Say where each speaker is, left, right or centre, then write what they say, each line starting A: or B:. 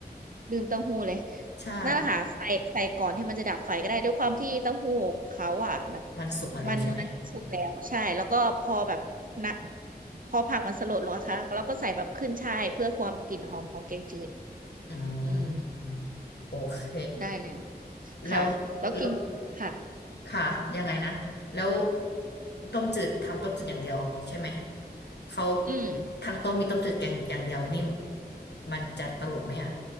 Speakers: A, on the right (about 55°); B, on the left (about 80°).
A: ลืมเต้าหู้เลย
B: ใช่
A: นั่นแหละค่ะใส่ใส่ก่อนที่มันจะดับไฟก็ได้ด้วยความที่เต้าหู้เขาอ่ะแบบ
B: มันสุกมาแล้วใช่ไหม
A: มันมันสุกแล้วใช่แล้วก็พอแบบนะพอผักมันสลดลงนะคะแล้วก็ใส่แบบขึ้นฉ่ายเพื่อความกลิ่นหอมของแกงจืด
B: อ่า
A: อืม
B: โอเค
A: ได้เลย
B: แล้ว
A: ค่ะแล้วกิน
B: แล้ว
A: ค่ะ
B: ค่ะยังไงนะแล้วต้มจืดทำต้มจืดอย่างเดียวใช่ไหมเขา
A: อืม
B: ทั้งต้มมีต้มจืดแกงอย่างเดียวนี่มันจะตลกไหมอ่ะ